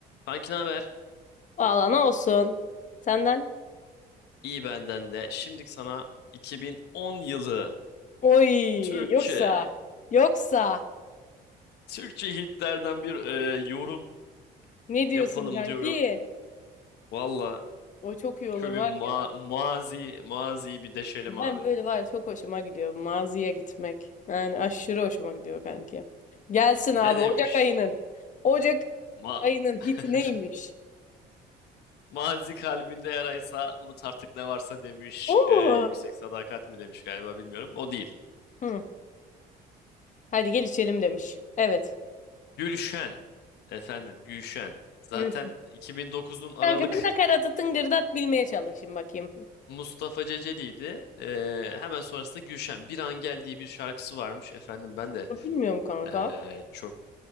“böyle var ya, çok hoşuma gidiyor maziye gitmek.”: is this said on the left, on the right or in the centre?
Left